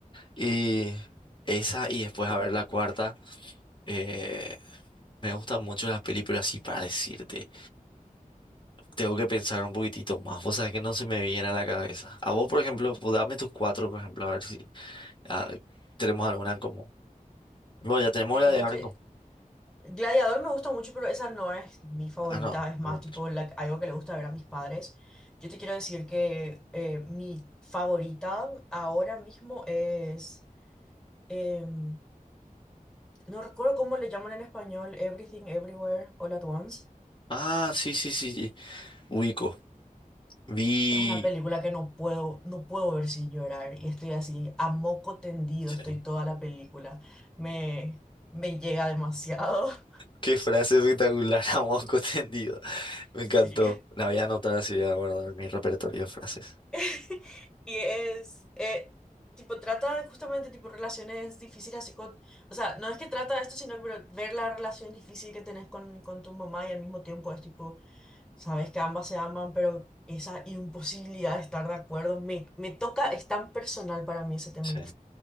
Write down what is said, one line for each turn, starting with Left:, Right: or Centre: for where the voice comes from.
Left: Y esa, y después a ver la cuarta. Eh, me gustan mucho las películas, así para decirte. Tengo que pensar un poquitito más. Vos sabés que no se me viene a la cabeza. A vos, por ejemplo, pues, dame tus cuatro, por ejemplo, a ver si ah, tenemos alguna en común. Bueno, ya tenemos
Centre: Eh,
Left: la de
Centre: yo
Left: ahora
Centre: te...
Left: en común.
Centre: Gladiador me gusta mucho, pero esa no es mi favorita,
Left: Ah, no.
Centre: es más
Left: no. no.
Centre: tipo la- algo que le gusta ver a mis padres. Yo te quiero decir que eh, mi favorita ahora mismo es... em, no recuerdo cómo le llaman en español, Everything Everywhere All at Once.
Left: Ah, sí, sí, sí, sí. Ubico. Vi.
Centre: Es una película que no puedo, no puedo ver sin llorar y estoy así, a moco tendido,
Left: Sí.
Centre: estoy toda la película. Me, me llega demasiado. <laughs>
Left: Qué frase espectacular, <laughs> a moco tendido. Me
Centre: Sí.
Left: encantó. La voy a anotar así, voy a guardar en mi repertorio de frases.
Centre: <laughs> Y es, eh, tipo, trata justamente, tipo, relaciones difíciles así con, o sea, no es que trata de esto, sino que ver la relación difícil que tenés con, con tu mamá y al mismo tiempo es, tipo, Sabes que ambas se aman, pero esa imposibilidad de estar de acuerdo me, me toca, es tan personal para mí ese tema.
Left: Sí.
Centre: y-